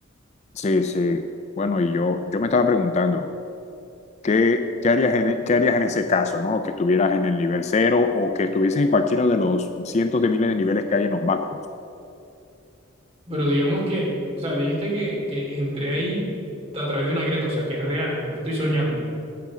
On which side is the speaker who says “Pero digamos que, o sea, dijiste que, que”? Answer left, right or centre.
Right